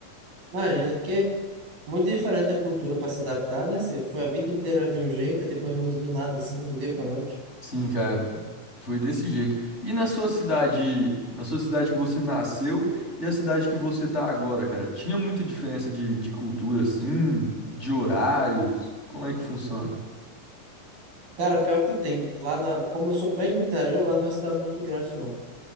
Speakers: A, on the right (about 85°); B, on the left (about 15°).
A: Imagina, porque Muito diferente a cultura para se adaptar, né? Você foi a vida inteira de um jeito e depois muda do nada, assim, do dia para noite.
B: Sim, cara, foi desse jeito. E na sua cidade, na sua cidade que você nasceu e a cidade que você tá agora, cara, tinha muita diferença de, de cultura, assim, de horários? Como é que funciona?
A: Cara, pior que tem. Lá na, como eu sou bem do interior, lá não é uma cidade muito grande, não.